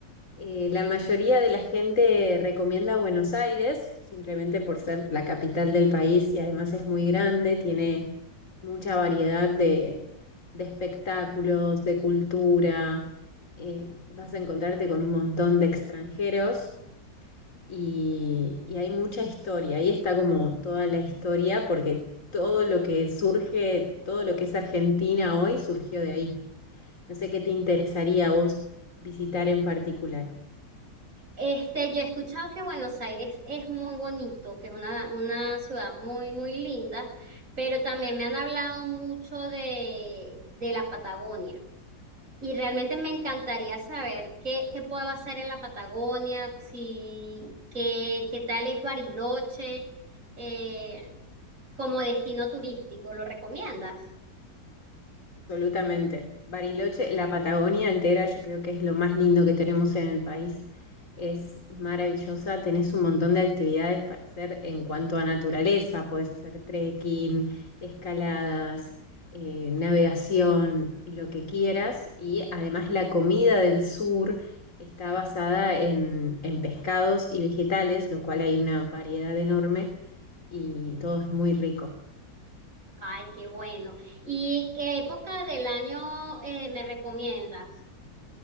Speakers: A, on the left; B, on the right.
A: Eh, la mayoría de la gente recomienda Buenos Aires, simplemente por ser la capital del país y además es muy grande, tiene mucha variedad de, de espectáculos, de cultura. eh, vas a encontrarte con un montón de extranjeros y, y hay mucha historia, ahí está como toda la historia, porque todo lo que surge, todo lo que es Argentina hoy surgió de ahí. No sé qué te interesaría a vos visitar en particular.
B: Este, yo he escuchado que Buenos Aires es muy bonito, que es una, una ciudad muy, muy linda, pero también me han hablado mucho de, de la Patagonia. Y realmente me encantaría saber qué, qué puedo hacer en la Patagonia, si, qué, qué tal es Bariloche, eh, como destino turístico. ¿Lo recomiendas?
A: Absolutamente. Bariloche, la Patagonia entera, yo creo que es lo más lindo que tenemos en el país. Es maravillosa, tenés un montón de actividades para hacer en cuanto a naturaleza. Podés hacer trekking, escaladas, eh, navegación, lo que quieras. Y además la comida del sur está basada en, en pescados y vegetales, lo cual hay una variedad enorme y todo es muy rico.
B: Ay, qué bueno. ¿Y qué época del año eh, me recomiendas?